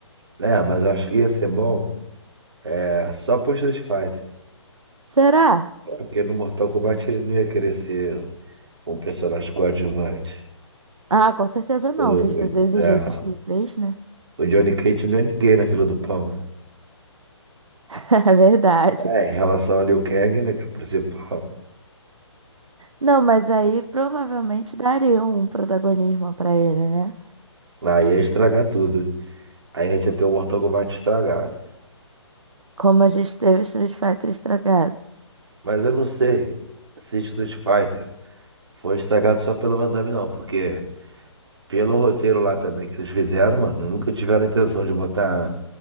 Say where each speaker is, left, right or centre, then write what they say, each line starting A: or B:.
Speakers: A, on the right; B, on the right.
A: É, mas eu acho que ia ser bom é, só pro Street Fighter.
B: Será?
A: É, Porque no Mortal Kombat ele não ia querer ser um personagem coadjuvante.
B: Ah, com certeza não,
A: O,
B: visto
A: o,
B: as exigências
A: é,
B: que ele fez, né?
A: o Johnny Cage não é ninguém na fila do pão.
B: <laughs> É verdade.
A: É, em relação ali ao Kang, né, que é o principal.
B: Não, mas aí provavelmente daria um protagonismo pra ele, né?
A: Aí ia estragar tudo. Aí a gente ia ter o Mortal Kombat estragado.
B: Como a gente teve o Street Fighter estragado.
A: Mas eu não sei se Street Fighter foi estragado só pelo Van Damme, não. Porque pelo roteiro lá também que eles fizeram, mano, nunca tiveram intenção de botar